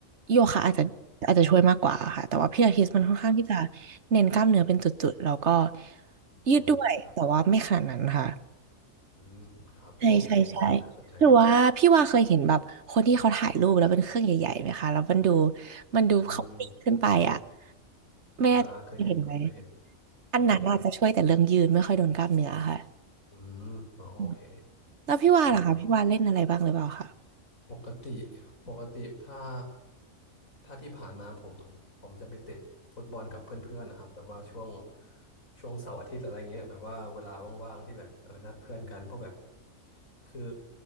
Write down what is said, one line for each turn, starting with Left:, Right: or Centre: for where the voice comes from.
Right: โยคะอาจจะอาจจะช่วยมากกว่าค่ะแต่ว่าพี่อาทิตย์มันค่อนข้างที่จะ
Left: อ่า
Right: เน้นกล้ามเนื้อเป็นจุดๆแล้วก็ยืดด้วยแต่ว่าไม่ขนาดนั้นค่ะ
Left: อืมครับอืมครับอ๋อโอเค
Right: ใช่ใช่ใช่
Left: เออ น่าสนใจดิ
Right: หรือว่าพี่ว่าเคยเห็นแบบคนที่เขาถ่ายรูปแล้วเป็นเครื่องใหญ่ๆไหมคะแล้วมันดูมันดูเขาปีนขึ้นไปอ่ะ
Left: อืม
Right: ไม่แน่ใจเคยเห็นไหม
Left: อ่าอ่าเคยเห็นครับเคยเห็นเคยเห็นครับ
Right: อันนั้นอาจจะช่วยแต่เรื่องยืนไม่ค่อยโดนกล้ามเนื้อค่ะ
Left: อืมอ๋อโอเค
Right: อืมแล้วพี่ว่าล่ะคะพี่ว่าเล่นอะไรบ้างหรือเปล่าคะ
Left: เออ ปกติปกติถ้าถ้าที่ผ่านมาผมผมจะไปเตะฟุตบอลกับเพื่อนๆนะครับแบบว่าช่วงช่วงเสาร์อาทิตย์อะไรเงี้ยแบบว่าเวลาว่างๆที่แบบเออนัดเพื่อนกันเพราะแบบคือ